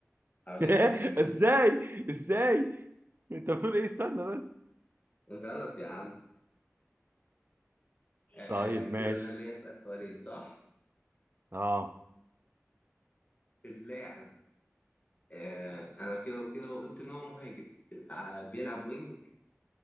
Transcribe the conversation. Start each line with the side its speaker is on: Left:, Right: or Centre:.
Left: حوالية
Right: <laughs>
Left: تخمينين
Right: ازاي ازاي انت بتقول ايه استنى بس
Left: غلط يا عم آه
Right: طيب
Left: كده
Right: ماشي
Left: انا اللي اسال سؤالين صح
Right: اه
Left: اللاعب آه انا كده وكده وقلت ان هو مهاجم آه بيلعب وينج